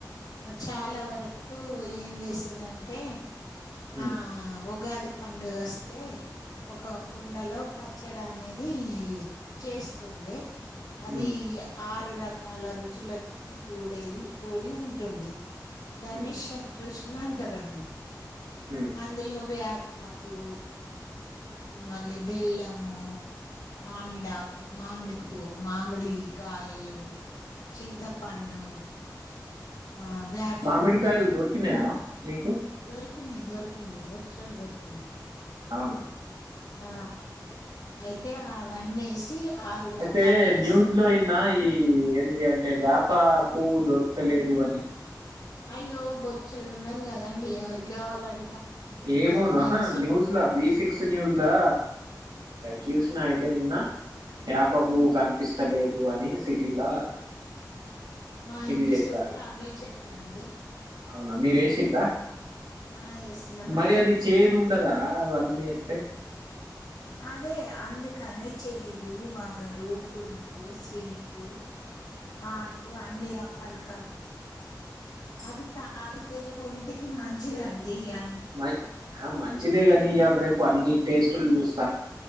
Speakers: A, on the left (about 65°); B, on the right (about 80°).
A: చాలా వరకు ఏం చేసేదంటే,
B: ఉమ్,
A: ఆ ఉగాది పండుగ వస్తే ఒక కుండలో పచ్చడి అనేది చేస్తుండే అది
B: ఉమ్,
A: ఆరు రకాల రుచులతోటి కుడేది కుడి ఉంటుండే, దాన్ని
B: ఉమ్,
A: షత్ర్రఋషులు అంటారు అన్నట్టు
B: ఉమ్.
A: అందులో వేప కు మళ్ళీ బెల్లము మామిడి ఆకు, మామిడి పువ్వు, మామిడి కాయలు, చింతపండు, ఆ వేప
B: మామిడికాయలు
A: పూవ్వు
B: దొరికినాయా మీకు
A: దొరికినాయి, దొరికినాయి బొచ్చెడు దొరికినాయి,
B: అవునా
A: ఆ అయితే అవన్నీ వేసి ఆరు రకాలు
B: అయితే
A: వేసి
B: న్యూస్ లో విన్న ఈ ఏంది అంటే వేప పువ్వు దొరుకుతా లేదు అని
A: అయ్యో బొచ్చేడున్నది కదా అండి ఎవరికి కావాలంట
B: ఏమోను
A: మాది మా ఇంటి చుట్టూ
B: న్యూస్ వి సిక్స్ న్యూస్ లా చూస్ అయితే నిన్న యాప పువ్వు కనిపిస్తలేదు అని సిటీలా
A: మా
B: ఇది
A: ఇంటి
B: జెత్తాండు.
A: సుట్టు అవే చెట్లండీ
B: అవునా మీరే సిల్లా
A: ఆ వేసినామండి
B: మరి అది చేదు ఉండ దా అవన్నీ వేస్తే
A: అదే అందుకని చేదు వగరు పులుపు స్వీటు
B: అ
A: ఆటు అన్నీ రాకల్ కల్ అది తాగుత్ తే ఒంటికి మంచిదండి ఈయ
B: మ మంచిదే కానీ ఇయ్యాల రేపు అన్ని టేస్టులు చూస్త